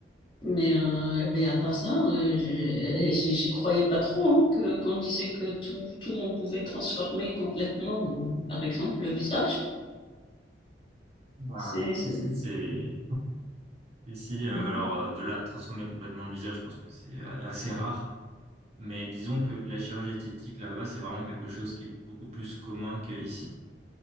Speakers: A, on the left; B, on the right.
A: Mais, euh, mais à part ça, euh, je euh, je- j'y croyais pas trop hein, que qu'on disait que tout, tout on pouvait transformer complètement, euh, par exemple le visage.
B: Bah,
A: C'est,
B: si,
A: c'est-
B: si, c'est... Ici, euh,
A: Mhm,
B: alors euh, de là à transformer complètement le visage, je pense que c'est euh, assez rare. Mais disons que la chirurgie esthétique là-bas, c'est vraiment quelque chose qui est beaucoup plus commun qu'ici.